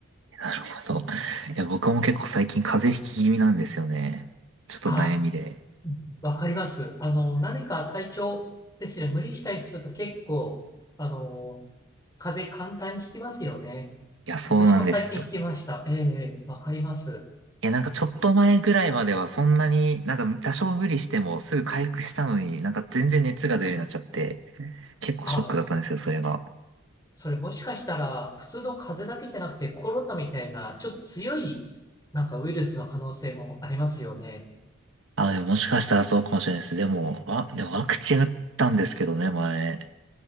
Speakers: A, on the right; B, on the left.
A: なるほど。いや、僕も結構最近風邪ひき気味なんですよね。ちょっと悩みで。
B: あ、わかります。あの、何か体調ですね、無理したりすると結構、あの、風邪簡単にひきますよね。
A: いや、そうなんですよ。
B: 私も最近聞きました。ええ、ええわかります。
A: いや、なんかちょっと前ぐらいまではそんなに、なんか多少無理してもすぐ回復したのに、なんか全然熱が出るようになっちゃって、結構ショックだったんですよ、
B: あ、
A: それが。
B: それもしかしたら、普通の風邪だけじゃなくてコロナみたいな、ちょっと強い、なんかウイルスの可能性もありますよね。
A: あ、でももしかしたらそうかもしれないです。でも、わ、でもワクチン打ったんですけどね、前。